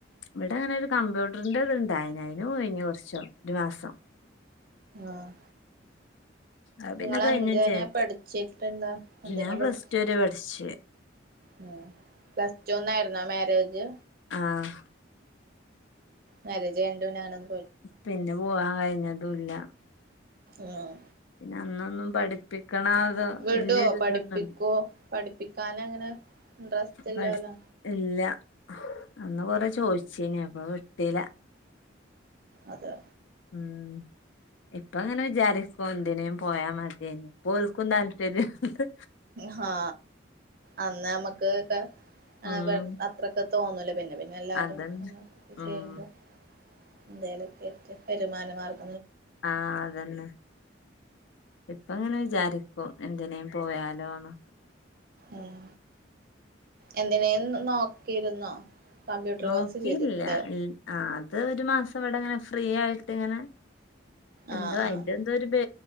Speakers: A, on the left; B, on the right.
A: ഇവിടെ അങ്ങനെ ഒരു കമ്പ്യൂട്ടറിന്റെ ഇത് ഇണ്ടായീനി ഐന് പോയീനി കൊർച് ഒരു മാസം
B: ആഹ്
A: അത് പിന്നെ
B: ഇങ്ങളെന്തിനാ
A: കഴിഞ്ഞുംചെയ്ത്
B: പഠിച്ചിട്ട്ള്ള എന്തിനാ
A: ഞാൻ പ്ലസ്
B: പഠിച്ചെ
A: ടു വരെ പഠിച്ചേ
B: ഉം പ്ലസ് ടുന്നായിര്ന്നോ മേരേജ്
A: ആഹ്
B: മാര്യേജ് കഴിഞ്ഞിട്ട്പിന്നെങ്ങനൊന്നും
A: പിന്നെ പോവാൻ കഴിഞ്ഞതുല്ല
B: ആഹ്
A: പിന്നെ അന്നൊന്നും പഠിപ്പിക്കണ അതോ
B: വിടോ
A: വല്യേരുതൊന്നും
B: പഠിപ്പിക്കോ പഠിപ്പിക്കാനങ്ങനെ ഇൻട്രസ്റ്റ് ഇല്ലാലോ
A: പഠി ഇല്ല അന്ന് കൊറേ ചോദിച്ചീന് അപ്പ വിട്ടില
B: അതെ
A: ഉം ഇപ്പ അങ്ങനെ വിചാരി എന്തിനേയും പോയാ മത്യായിന്നു പ്പോൽക്കും താല്പര്യ ഹ് ഹേ
B: ഹാ അന്ന് നമ്മക്ക്ക്ക
A: ഉം
B: അത് അത്രൊക്കെ തോന്നൂല പിന്നെ പിന്നെ എല്ലാരും
A: അതന്നെ
B: നെ
A: ഉം
B: ചെയ്യുമ്പോ എന്തെലൊക്കെറ്റ് വരുമാനമാർഗം
A: ആഹ് അതന്നെ ഇപ്പങ്ങനെ വിചാ ചാരിക്കും എന്തിനേയും പോയാലോന്ന്
B: ഉം എന്തിനേലും നോക്കിയിരുന്നോ കമ്പ്യൂട്ടർ
A: നോക്കിയില്ല
B: കോഴ്സ് ചെയ്തിരുന്നുല്ലേ
A: ഇൽ ആ ഒരു മാസം ഇവിടെങ്ങനെ ഫ്രീ ആയിട്ട് ഇങ്ങനെ എന്തോ
B: ആഹ്
A: അതിന്റെന്തോ
B: ആഹ്
A: ഒരു ത്